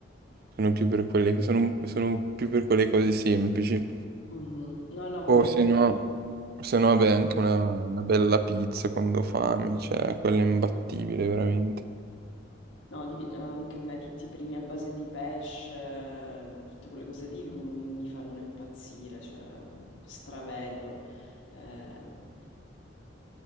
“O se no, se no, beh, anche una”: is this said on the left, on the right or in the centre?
Right